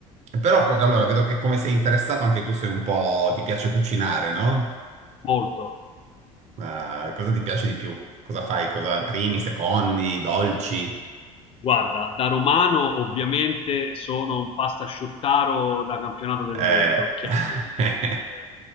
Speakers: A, on the right; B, on the left.
A: Però, co- allora, vedo che come sei interessato anche tu sei un po'... ti piace cucinare, no?
B: Molto.
A: Ma cosa ti piace di più? Cosa fai? Cosa primi, secondi, dolci?
B: Guarda, da romano ovviamente sono un pastasciuttaro da campionato del
A: Eh,
B: mondo, chiaramente.
A: <laughs>
B: Eh,